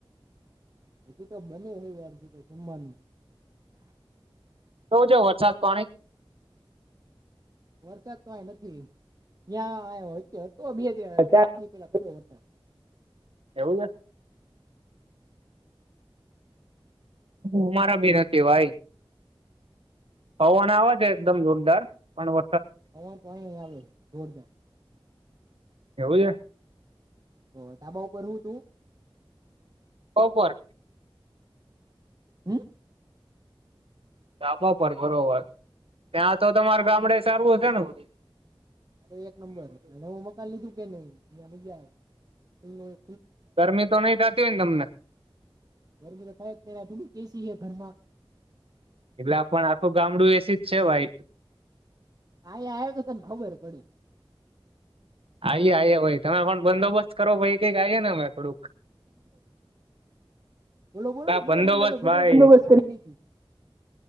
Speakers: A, on the right; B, on the right.
A: હજી તો બને હે યાર હજી તો જમવાનું
B: કેવો છે વરસાદ, પાણી?
A: વરસાદ તો આહી નથી ન્યા વચે હતો બે ચાર દી પેલા પડ્યો વરસાદ
B: એવું છે અમારા બી નથી ભાઈ પવન આવે છે એકદમ જોરદાર પણ વ
A: પવન તો અહીંયા આવે હે જોરદાર
B: એવું છે
A: તો ધાબા ઉપર હું તું?
B: ઓપર
A: હમ
B: ધાબા પર બરોબર. ત્યાં તો તમારે ગામડે સારું હશે ને બધુંય?
A: અરે એક નંબર અને નવું મકાન લીધું કે નહી ઈયા મજા આવે ખુલ્લું હોય
B: ગરમી તો નહી થાતી હોયને તમને?
A: ગરમી તો થાય જ તેને આ થોડુંક એસી હે ઘરમાં
B: એટલે આપણ આખું ગામડું એસી જ છે ભાઈ
A: આઈયા આય તો તને ખબર પડે.
B: આઈએ આઈએ ભાઈ તમે પણ બંદોબસ્ત કરો ભાઈ કઈક આઈએ ને અમે થોડુંક
A: બોલો બોલો
B: આ
A: શેનો બંદોબસ્ત બધો
B: ભાઈ
A: બંદોબસ્ત કરી નાઈખી.